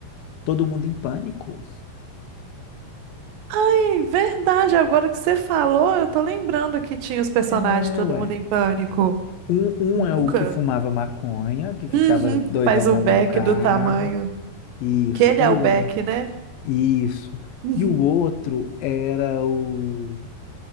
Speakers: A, on the left; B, on the right.
A: Todo Mundo em Pânico.
B: Ai, verdade, agora que você falou, eu tô lembrando que tinha os personagens,
A: É,
B: todo
A: ué.
B: mundo em pânico.
A: Um, um é o
B: Nunca.
A: que fumava maconha, que ficava
B: Uhum,
A: doidão
B: que faz o
A: lá
B: Beck
A: dentro do carro.
B: do tamanho.
A: Isso.
B: Que ele
A: E
B: é o
A: o,
B: Beck, né?
A: isso.
B: <laughs>
A: E o outro era o